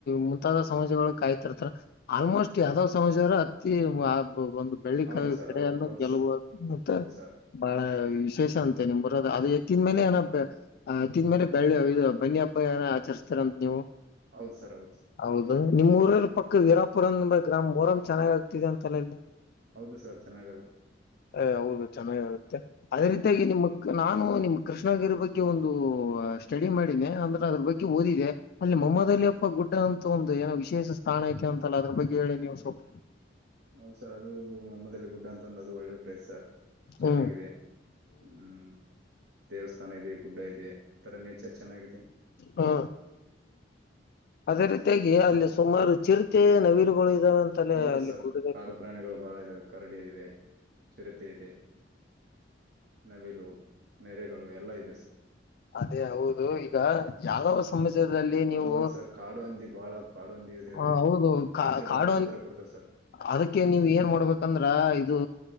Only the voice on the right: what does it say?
ಹೌದು ಸರ್
ಹೌದು ಹೌದು
ಸರ್
ಹೌದು ಸರ್
ಹೌದು ಸರ್ ಹೌದು ಸರ್
ಹೌದು ಸರ್ ಚೆನ್ನಾಗಾಗು
ಹ್ಮ್ ಸ-
ಹೌದ ಸರ್ ಅದು ಒಮ್ಮದಲ್ಲಿ ಗುಡ್ಡ ಅಂತಂದು ಅದು ಒಳ್ಳೆ ಪ್ಲೇಸ್ ಸರ್ ಚೆನ್ನಾಗಿದೆ
ಹ್ಮ್ ದೇವಸ್ಥಾನ ಇದೆ ಗುಡ್ಡ ಇದೆ ಈಥರ ನೇಚರ್ ಚೆನ್ನಾಗಿದೆ
ಹ್ಮ್
ಸರ್
ಹೌದು
ಸರ್
ಕಾಡು ಪ್ರಾಣಿಗಳು ಬಹಳ ಇದಾವ ಕರಡಿ ಇದೆ ಚಿರತೆ ಇದೆ ನವಿಲು ನೆರೆಗಳು ಎಲ್ಲಾ ಇದೆ ಸರ್
ಅದು ಒಂದ್ ಸರ್ ಕಾಡು ಹಂದಿ ಬಹಳ ಕಾಡು ಹಂದಿ ಇದಾವೆ
ರೈತರಿಗೆ
ಬಹಳ ತೊಂದರೆ ಕೊಡ್ತೇವೆ ಸರ್